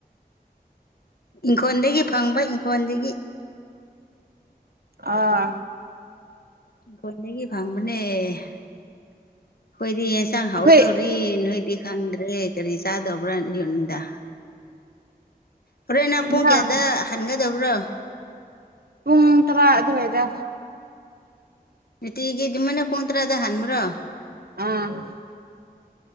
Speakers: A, on the left (about 70°); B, on the right (about 70°).
A: ꯏꯪꯈꯣꯜꯗꯒꯤ ꯐꯪꯕ ꯏꯪꯈꯣꯜꯗꯒꯤ
B: ꯑꯥ
A: ꯢꯟꯈꯣꯡꯗꯒꯤ ꯐꯪꯕꯅꯦ ꯑꯩꯈꯣꯏꯗꯤ ꯌꯦꯟꯆꯥꯡ ꯍꯥꯎꯗꯧꯔꯤ
B: ꯑꯩꯈꯣꯏ
A: ꯅꯣꯏꯗꯤ ꯈꯪꯗ꯭ꯔꯦ ꯀꯔꯤ ꯆꯥꯗꯕ꯭ꯔꯥ ꯌꯨꯝꯗ ꯍꯣꯔꯦꯟ ꯅꯪ ꯄꯨꯡ
B: ꯏꯟꯁꯥꯡ
A: ꯀꯌꯥꯗ ꯍꯟꯒꯗꯕ꯭ꯔꯣ
B: ꯄꯨꯡ ꯇꯔꯥ ꯑꯗꯨꯋꯥꯏꯗ
A: ꯅꯨꯡꯇꯤꯒꯤ ꯑꯗꯨꯃꯥꯢꯏ ꯄꯨꯡ ꯇ꯭ꯔꯥꯗ ꯍꯥꯟꯕ꯭ꯔꯣ
B: ꯎꯝ